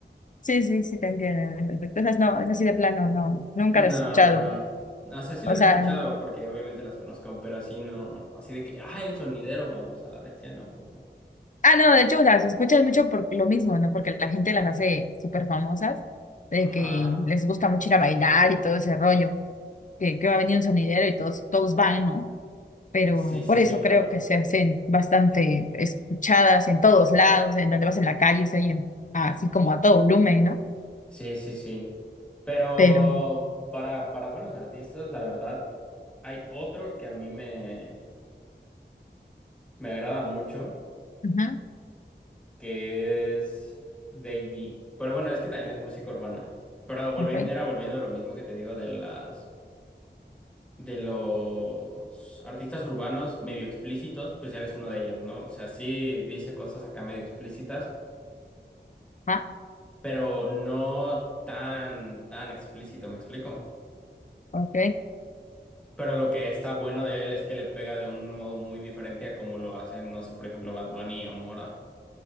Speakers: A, on the left; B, in the centre.
A: Sí, sí, sí, te entiendo. en ese aspecto. Esas no, es así de plano, no, nunca
B: No,
A: las he escuchado.
B: no, no. O sea, sí
A: O
B: las
A: sea,
B: he escuchado porque obviamente las conozco, pero así no. Así de que, ah, el sonidero, vamos a la bestia, no, pues no.
A: ah, no, de hecho, las escuchas mucho por lo mismo, ¿no? Porque la gente las hace súper famosas, de
B: Ajá.
A: que les gusta mucho ir a bailar y todo ese rollo, que, que va a venir un sonidero y todos, todos van, ¿no? Pero
B: Sí, sí,
A: por eso
B: sí, claro.
A: creo que se hacen bastante escuchadas en todos lados, en donde vas en la calle, se oyen así como a todo volumen, ¿no?
B: Sí, sí, sí. Pero
A: Pero,
B: para, para buenos artistas, la verdad, hay otro que a mí me, me agrada mucho,
A: ujú,
B: que es Davey. Pero bueno, es que también es música urbana. Pero volviendo,
A: ok,
B: era volviendo a lo mismo que te digo de las de los artistas urbanos medio explícitos, pues él es uno de ellos, ¿no? O sea, sí dice cosas acá medio explícitas,
A: ah,
B: pero no tan, tan explícito, ¿me explico?
A: ok,
B: Pero lo que está bueno de él es que le pega de un modo muy diferente a como lo hacen, no sé, por ejemplo, Bad Bunny o Mora.